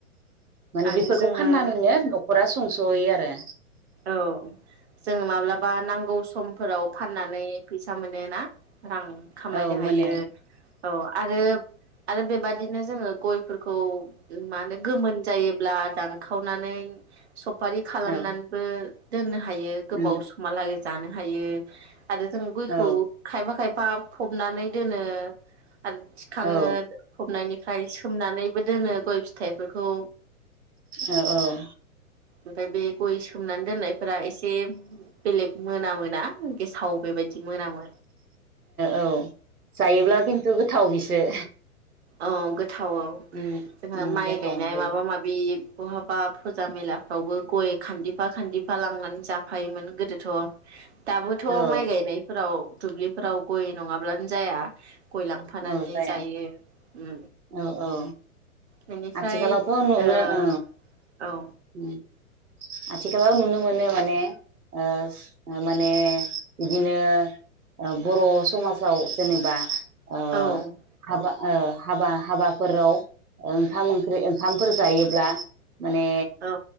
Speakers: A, on the right; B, on the right.
A: माने
B: आरो
A: बेफोरखौ
B: जोङो
A: फाननानैनो नख खरा संस'हैयो आरो
B: औ जोंङो माब्लाबा नांगौ सम फोराव फाननानै फैसा मोनो ना? रां खामायनो
A: औ
B: हायो
A: मोनो
B: औ आरो आरो बेबादिनो जोंङो गय फोरखौ मानो गोमोन जायोब्ला दानखावनानै सफारि खालामनान
A: औ
B: बो दोननो हा हायो गोबाव
A: उम
B: समा लागै जानो हायो आरो जों गयखौ
A: औ
B: खायबा खाय बा फबनानै दोनो आरो थिखाङो
A: औ
B: फबनायनिफ्राय सोमनानैबो दोनो गय फिथाइफोरखौ
A: औ औ
B: ओफ्राय बे गय सोमनानै दोननायफोरा एसे बेलेग मोनामोना गेसाव बेबायदि। मोनामो
A: औ जायोब्ला खिन्थु गोथाव बिसो।
B: औ थावआव
A: उम
B: जोंहा
A: उम
B: माइ
A: गोथाव
B: गायनाय
A: मोनजायो
B: माबा माबि बहाबा फुजा मेलाफ्रावबो गय खान्दिफा खान्दिफा लांनानै जाफायोमोन गोदोथ'। दाबोथ'
A: औ
B: माइ गायनायफोराव दुब्लिफोराव गय नङाब्लानो जाया। गय लांफानानै
A: औ जाया
B: जायो। उम
A: औ औ।
B: बेनिफ्राय
A: आथिखालावथ' नु
B: ओ
A: नो औ
B: औ
A: उम। आथिखालाव नुनो मोनो माने ओ माने बिदिनो बर' समाजाव जेनेबा। ओ
B: औ।
A: हाबा ओ हाबा हाबाफोराव ओंखाम ओंख्रि ओंखामफोर जायोब्ला। माने
B: औ